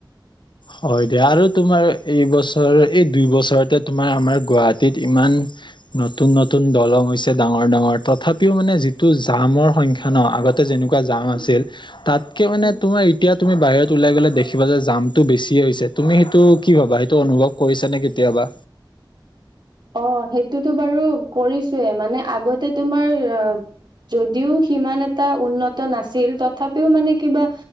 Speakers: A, on the left; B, on the right.
A: হয় দিয়া আৰু তোমাৰ এইবছৰ এই দুই বছৰতে তোমাৰ আমাৰ গুৱাহাটীত ইমান নতুন নতুন দলং হৈছে ডাঙৰ ডাঙৰ তথাপিও মানে যিটো জামৰ সংখ্যা ন আগতে যেনেকুৱা জাম আছিল
B: উম,
A: তাতকে মানে
B: উম,
A: তোমাৰ এতিয়া তুমি বাহিৰত ওলাই গ'লে দেখিব যে যাম টো বেছি হৈছে তুমি সেইটো কি ভাবা সেইটো অনুভৱ কৰিছা নে কেতিয়াবা
B: অ সেইটোতো বাৰু কৰিছোয়ে মানে আগতে তোমাৰ অ যদিও সি মানে তাৰ উন্নত নাছিল, তথাপিও মানে কিবা